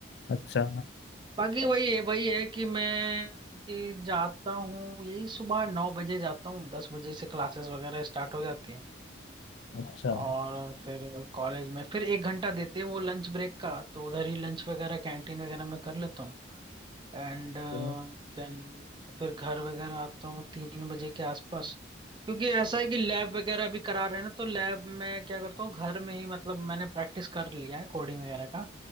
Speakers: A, on the left (about 60°); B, on the right (about 25°).
A: अच्छा
B: बाकी वही है वही है कि मैं कि जाता हूँ यही सुबह नौ बजे जाता हूँ दस बजे से क्लासेस वगैरह स्टार्ट हो जाती हैं
A: अच्छा
B: और फिर कॉलेज में फिर एक घंटा देते हैं वो लंच ब्रेक का तो उधर ही लंच वगैरह कैंटीन वगैरह में कर लेता हूँ एंड देन
A: तो-
B: फिर घर वगैरह आता हूँ तीन बजे के आसपास क्योंकि ऐसा है कि लैब वगैरह भी करा रहे हैं ना तो लैब में क्या करता हूँ घर में ही मतलब मैंने प्रैक्टिस कर लिया है कोडिंग वगैरह का